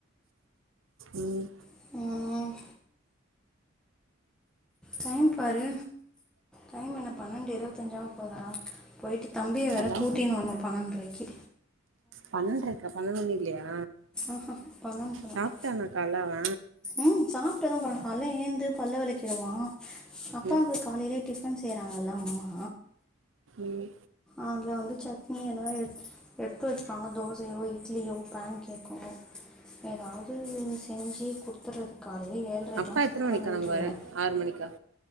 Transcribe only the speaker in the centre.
நான் டைம் பாரு டைம் என்ன பன்னெண்டு இருபத்தஞ்சாவ போதா போய்ட்டு தம்பியை
வேற கூட்டின்னு வரு பணன்றக்கு
ஆஹா பன்னெண்டு தான்
ம் சாப்ட்டுதா போறே கால்ல ஏந்து பல்ல வெளக்கிருவா அப்பாவுக்கு
காலையிலயே டிஃபன் செய்யறாங்கல்ல அம்மா
அதுல வந்து சட்னி எதாவது எ எடுத்து வச்சுக்காங்க தோசையோ இட்லியோ பேன் கேக்கோ ஏதாவது செஞ்சு குடுத்துறது கால ஏழ்ரைக்குலா
சப்பாடு
ஊட்டிடுவே